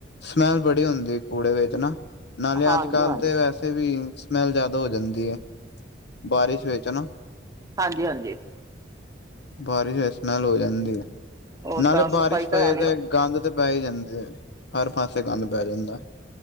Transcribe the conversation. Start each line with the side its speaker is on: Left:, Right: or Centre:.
Left: ਸਮੈਲ ਬੜੀ ਹੁੰਦੀ ਕੂੜੇ ਵਿੱਚ ਨਾ, ਨਾਲੇ
Right: ਹਾਂਜੀ
Left: ਅੱਜ ਕੱਲ
Right: ਹਾਂਜੀ
Left: ਤੇ ਵੈਸੇ ਵੀ ਸਮੈਲ ਜ਼ਿਆਦਾ ਹੋ ਜਾਂਦੀ ਹੈ, ਬਾਰਿਸ਼ ਵਿੱਚ ਨਾ,
Right: ਕੀ ਹਾਂਜੀ,
Left: ਬਾਰਿਸ਼ ਵ ਸਮੈਲ ਹੋ ਜਾਂਦੀ ਹੈ
Right: ਹੋਰ
Left: ਨਾਲੇ
Right: ਸਾਫ਼ ਸਫ਼ਾਈ
Left: ਬਾਰਿਸ਼
Right: ਤਾਂ
Left: ਪਏ
Right: ਹੈ ਨੀ।
Left: ਤੇ, ਗੰਦ ਤੇ ਪੈ ਹੀ ਜਾਂਦੀ ਐ ਹਰ ਪਾਸੇ ਗੰਦ ਪੈ ਜਾਂਦਾ, ਐ